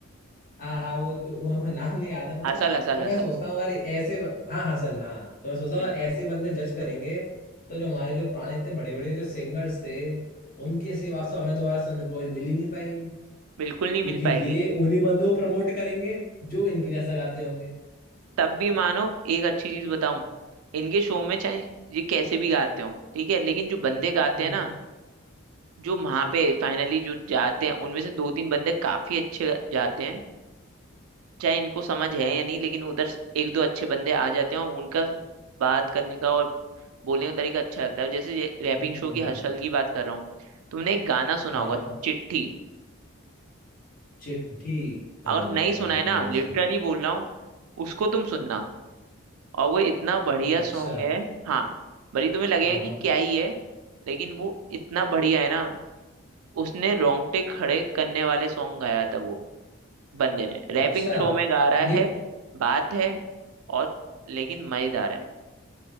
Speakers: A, on the left; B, on the right.
A: हाँ हाँ वो, वो, वो नाम नहीं याद है मुझे
B: Hustle hustle
A: तो
B: hustle
A: मैं सोचता हूँ अगर ये ऐसे ब- हाँ हसल हाँ तो मैं सोचता
B: बिल्कुल
A: हूँ अगर ऐसे बंदे जज करेंगे तो जो हमारे जो पुराने इतने बड़े बड़े जो सिंगर्स थे उनकी ऐसी आवाज तो हमें दोबारा सुनने को कभी मिल ही नहीं पाएगी
B: बिल्कुल नहीं
A: क्योंकि
B: मिल पाएगी
A: ये उन्हीं बंदों को प्रमोट करेंगे जो इनके जैसा गाते होंगे
B: तब भी मानो एक अच्छी चीज बताऊं इनके शो में चाहे ये कैसे भी गाते हो ठीक है लेकिन जो बंदे गाते
A: हम्म
B: हैं ना
A: हम्म,
B: जो वहां पे फाइनली जो जाते हैं उनमें से दो तीन बंदे काफी अच्छे जाते हैं चाहे इनको समझ है या नहीं लेकिन उधर से एक दो अच्छे बंदे आ जाते हैं और उनका बात करने का और बोलने का तरीका अच्छा लगता है जैसे रैपिंग
A: हम्म।
B: शो की हर्षल
A: हम्म।
B: की बात कर रहा हूँ तुमने एक गाना सुना
A: हाँ
B: होगा
A: हाँ
B: चिट्ठी
A: चिट्ठी अ,
B: अगर
A: नहीं
B: नहीं सुना
A: नहीं
B: है
A: मैंने
B: ना
A: नहीं
B: लिटरली
A: सुना
B: बोल रहा हूँ उसको तुम सुनना और वो इतना बढ़िया
A: अच्छा
B: सॉन्ग है हाँ भले ही तुम्हें लगेगा
A: हाँ हाँ
B: कि क्या ही है लेकिन वो इतना बढ़िया है ना उसने रोंगटे खड़े करने वाले सॉन्ग गाया था वो बंदे ने
A: अच्छा
B: रैपिंग शो में गा रहा
A: नहीं
B: है बात है और लेकिन मजेदार है